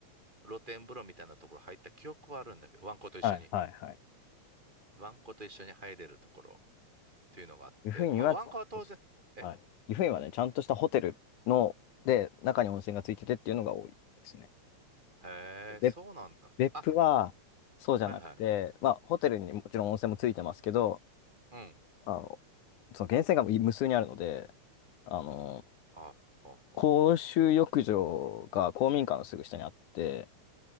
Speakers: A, on the right; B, on the left.
A: 露天風呂みたいなところ入った記憶はあるんだけど、ワンコと一緒に、
B: はいはいはい。
A: ワンコと一緒に入れるところっていうのがあって、
B: 湯布院は、
A: まあ、ワンコは当然、
B: そうですね。
A: え
B: はい。湯布院はね、ちゃんとしたホテルの、で、中に温泉がついててっていうのが多いですね。
A: へえ、
B: 別、
A: そうなんだ。
B: 別府は、
A: あ、
B: そうじゃなくて、
A: はいはい。
B: まあ、ホテルにもちろん温泉もついてますけど、
A: うん。
B: あの、その源泉が無数にあるので、あの、
A: あ、ほうほうほ
B: 公衆浴場が公民館のすぐ下にあって、